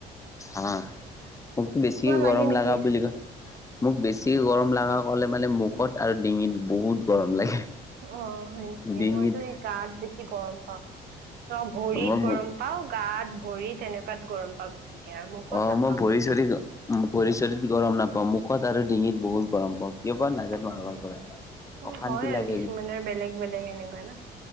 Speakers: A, on the left; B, on the right.
A: হা মোকতো বেছি
B: লাগে
A: গৰম
B: নেকি?
A: লাগাব বুলি ক মোক বেছি গৰম লাগা কলে মানে মুখত আৰু ডিঙিত বহুত গৰম লাগে।
B: অ হয় নেকি
A: ডিঙিত
B: মইতো এই গাত বেছি গৰম পাওঁ। ত ভৰিত
A: মই
B: গৰম
A: মু
B: পাও, গাত ভৰিত সেনেকোৱাত গৰম পাও, বেছিকে আৰু মুখত
A: অ
B: নাপাও।
A: মই ভৰি চৰি ভৰি চৰিত গৰম নাপাওঁ মুখত আৰু ডিঙিত বহুত গৰম পাওঁ। কিয় বা নাজানো
B: অ',
A: আগৰ পৰাই
B: অ
A: অশান্তি
B: হয় আৰু
A: লাগে।
B: কিছুমানৰ বেলেগ বেলেগ সেনেকুৱা ন